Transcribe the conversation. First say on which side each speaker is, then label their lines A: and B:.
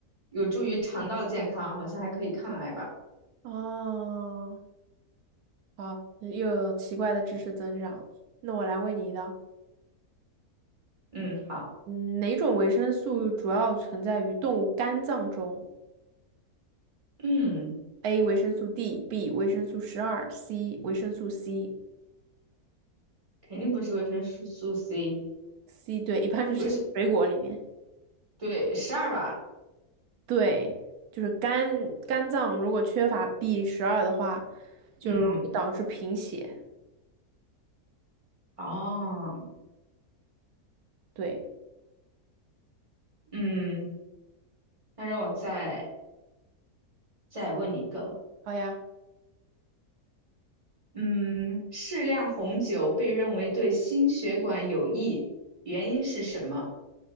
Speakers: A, on the right; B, on the right.
A: 有助于肠道健康，好像还可以抗癌吧。
B: 哦，好，又有奇怪的知识增长。那我来问你一道，
A: 嗯，好，
B: 嗯哪种维生素主要存在于动物肝脏中
A: 嗯，
B: ？A. 维生素 D，B. 维生素十二，C. 维生素 C。
A: 肯定不是维生素素 C，
B: C 对，一般是吃水果里面。
A: 维生，对，十二吧。
B: 对，就是肝肝脏如果缺乏 B 十二的话，就容易导致贫血。
A: 嗯，哦，
B: 对，
A: 嗯，那让我再再问你一个，
B: 好呀。
A: 嗯，适量红酒被认为对心血管有益，原因是什么？